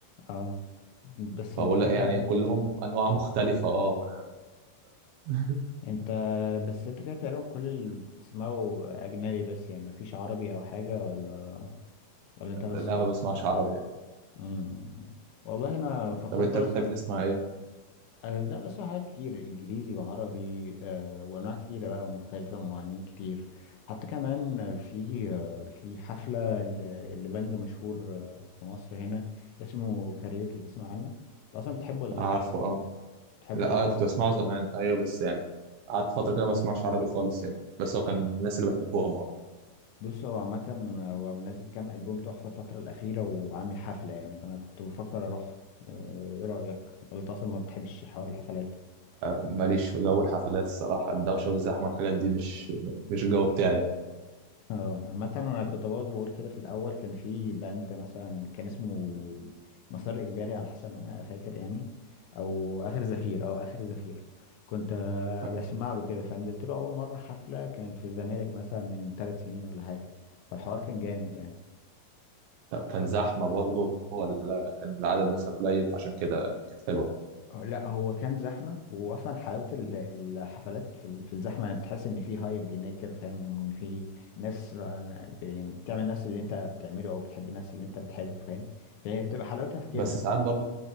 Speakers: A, on the left; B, on the right.
A: اه بس
B: فبقول
A: انت كده
B: لك يعني كلهم أنواع مختلفة أه ما أنا
A: انت بس انت كده تقريبا كل اللي بتسمعه اجنبي بس يعني ما فيش عربي او حاجة ولا ولا انت
B: <laughs>
A: بس
B: لا
A: مم،
B: ما بسمعش عربي يعني.
A: مم، مم. والله انا فكرت
B: طب أنت
A: اصلا
B: بتحب تسمع إيه؟
A: أه لا بس حاجات كتير انجليزي وعربي أه وانواع كتيره بقى ومختلفه ومغنيين كتير حتى كمان في آه، في حفله ل- لبند مشهور آه، في مصر هنا اسمه كاريوكي تسمع عنه انت اصلا بتحبه ولا لا
B: عارفه أه
A: بتحبه
B: لا
A: ولا لا؟
B: أه كنت بسمعه زمان أيوه بس يعني قعدت فترة كده ما بسمعش عربي خالص يعني بس هو كان الناس اللي بحبهم أه
A: بص هو عامه هو منزل كام البوم تحفه الفتره الاخيره وعامل حفله يعني فانا كنت بفكر اروح آه، ايه رايك ولا انت اصلا ما بتحبش حوار الحفلات
B: ماليش في جو الحفلات الصراحة الدوشة والزحمة والحاجات دي مش مش الجو بتاعي يعني.
A: اه عامة انا كنت برضه بقول كده في الاول كان في باند مثلا كان اسمه مسار اجباري على حسب ما انا فاكر يعني او اخر زفير اه اخر زفير كنت آه،
B: آه.
A: بسمع له كده فنزلت له اول مرة حفلة كانت في الزمالك مثلا من ثلاث سنين ولا حاجة فالحوار كان جامد يعني
B: طب كان زحمة برضه ولا كان العدد مثلا قليل فعشان كده كانت حلوة
A: لا هو كان زحمة وأصلا حلاوة ال- الحفلات في ال- في الزحمة يعني بتحس إن في هايب هناك كده فاهم إن في ناس آه، ب- يعني بتعمل نفس اللي أنت بتعمله أو بتحب الناس اللي أنت بتحبه فاهم فهي بتبقى حلاوتها في كده
B: بس
A: يعني
B: ساعات برضه